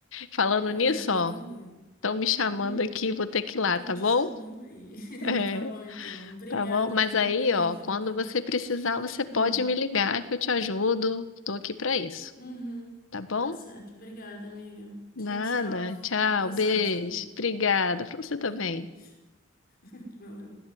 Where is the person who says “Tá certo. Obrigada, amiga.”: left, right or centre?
Left